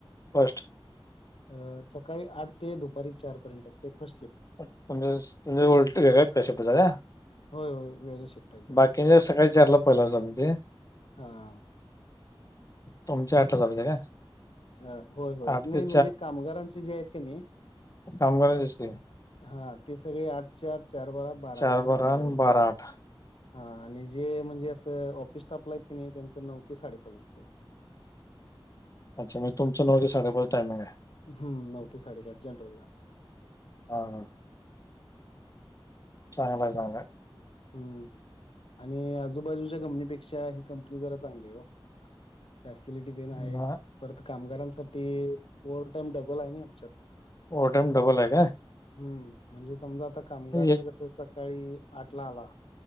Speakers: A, on the left; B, on the left.
A: फस्ट
B: अ सकाळी आठ ते दुपारी चार पर्यंत असते फर्स्ट शिप्ट
A: तुमच्या वेगळया आहेत काय शिफ्ट सगळ्या
B: होय होय वेगळे शिफ्ट आहेत जरा
A: बाकीच्या सकाळी चारला पहिला चालू होते
B: हां
A: तुमची आठला चालू होत्या काय
B: अ होय होय
A: आठ
B: नाही
A: ते
B: म्हणजे कामगारांचे जे आहेत का नाही
A: का <inaudible>
B: हा ते सगळे आठ चार चार बारा बारा
A: चार
B: आठ हे कामगारांचे
A: आणि बारा
B: आहेत
A: आठ
B: हा आणि जे म्हणजे असं ऑफिस स्टाफला आहेत की नाही त्यांचं नऊ ते साडेपाच असते
A: अच्छा म्णजे तुमचं न ते साडेपाच टामिंग आहे
B: हम्म नऊ ते साडेपाच जनरल ला
A: हा चांगल हाय चांगल हाय
B: हम्म आणि आजूबाजूच्या कंपनीपेक्षा ही कंपनी जरा चांगली आहे हो फॅसिलिटी तेन आहेत
A: मग
B: परत कामगारांसाठी ओवर्ह टाईम डबल आहे नी आमच्यात
A: ओवर टाइम डबल आहे काय
B: हम्म म्हणजे समजा आता कामगार
A: एक
B: कसं सकाळी आठला आला